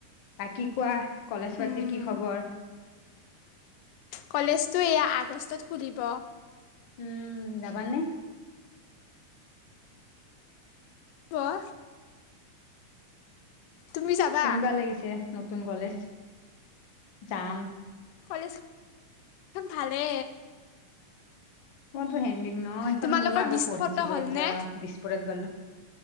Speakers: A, on the left; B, on the left.
A: বাকি কোৱা কলেজ
B: উম,
A: পাতিৰ কি খবৰ
B: কলেজটো এয়া আগষ্টত খুলিব।
A: উম যাবানে?
B: তোৱা তুমি যাবা
A: কেনেকুৱা লাগিছে নতুন কলেজ যাম
B: কলেজ তো ভালে
A: মইতো হেডিং ন সেইখনত
B: তোমালোকৰ
A: ময়ো আগত
B: বিশটা
A: পঢ়িছিলো
B: ফটো হ'লনে
A: এতিয়া দিছপৰে গ'লা